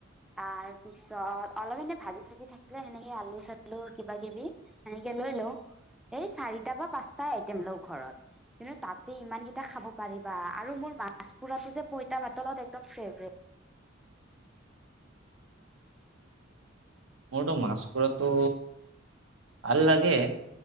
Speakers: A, in the centre; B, on the right.
A: তাৰ পিছত অলপ এনে ভাজি চাজি থাকিলে সেনেকে আলু চালুৰ কিবা কিবি সেনেকে লৈ লও এই চাৰিটা বা পাঁচটাই আইটেম লও ঘৰত কিন্তু তাতে ইমান কেইটা খাব পাৰিবা আৰু মোৰ মাছ পুৰাতটো যে পইতা পাতলত একদম ফেভৰেট
B: মোৰতো মাছ পৰাটো ভাল লাগে